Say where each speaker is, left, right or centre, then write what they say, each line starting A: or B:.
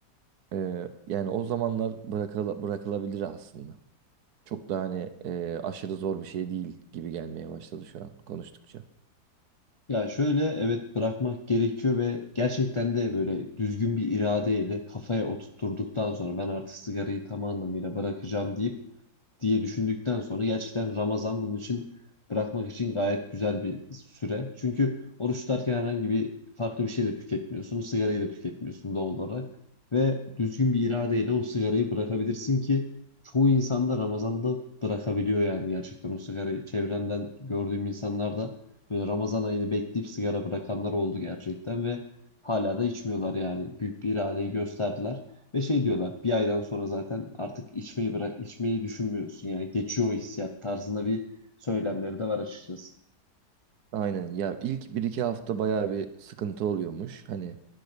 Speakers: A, on the right; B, on the left.
A: E, yani o zamanlar bırakıla- bırakılabilir aslında. Çok da hani e, aşırı zor bir şey değil gibi gelmeye başladı şu an konuştukça.
B: Ya şöyle evet bırakmak gerekiyor ve gerçekten de böyle düzgün bir iradeyle kafaya oturtturduktan sonra ben artık sigarayı tam anlamıyla bırakacağım deyip diye düşündükten sonra gerçekten Ramazan bunun için bırakmak için gayet güzel bir süre. Çünkü oruç tutarken herhangi bir farklı bir şey de tüketmiyorsun. Sigarayı da tüketmiyorsun doğal olarak. Ve düzgün bir iradeyle o sigarayı bırakabilirsin ki çoğu insan da Ramazan'da bırakabiliyor yani gerçekten o sigarayı. Çevremden gördüğüm insanlar da böyle Ramazan ayını bekleyip sigara bırakanlar oldu gerçekten ve hala da içmiyorlar yani. Büyük bir iradeyi gösterdiler. Ve şey diyorlar bir aydan sonra zaten artık içmeyi bırak içmeyi düşünmüyorsun yani geçiyor o hissiyat tarzında bir söylemleri de var açıkçası.
A: Aynen ya ilk bir iki hafta bayağı bir sıkıntı oluyormuş. Hani